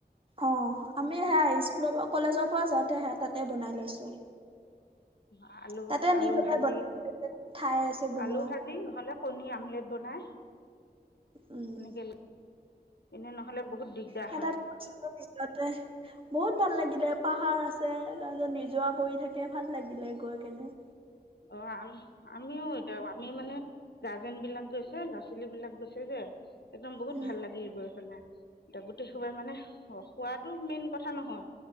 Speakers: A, on the right; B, on the left.
A: অ আমি সেয়া স্কুলৰ পৰা কলেজৰ পৰা যাওঁতে সে তাতে বনাই লৈছোঁ।
B: আ আলু,
A: তাতে
B: আলু
A: নি পেলাই
B: ভাজি
A: বনাই ঠাই আছে বনোৱা
B: আলু ভাজি নহ'লে কণী আমলেট বনাই।
A: উম,
B: এনেকৈ এনে নহ'লে বহুত দিগদাৰ
A: সে
B: হয়
A: তাত <unintelligible> টে বহুত ভাল লাগিলে।, পাহাৰ আছে তাৰছত নিজৰা পৰি থাকে, ভাল লাগিলে গৈ কেনে।
B: অ' আম আমিও তে আমিও মানে। গাৰ্জেন বিলাক গৈছে, ল'ৰা ছোৱালী বিলাক গৈছে যে একদম বহুত
A: উম
B: ভাল লাগিল গৈ পেলাই। এতিয়া গোটেই সোপাই মানে খ খোৱাটো মেইন কথা নহয়।